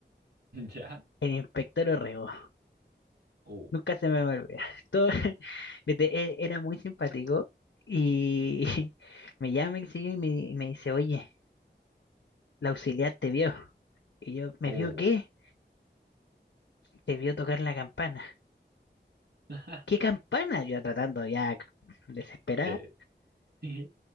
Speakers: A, on the right (about 65°); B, on the left (about 85°).
A: Ya.
B: el inspector Orrego.
A: Oh,
B: Nunca se me va a olvidar. Todo, <laughs> desde- e- era muy simpático y <laughs> me llama y sigue y me, y me dice, oye, la auxiliar te vio. Y yo, ¿me
A: oh.
B: vio qué? Te vio tocar la campana.
A: <laughs>
B: ¿Qué campana? Yo tratando ya desesperada.
A: Te dije.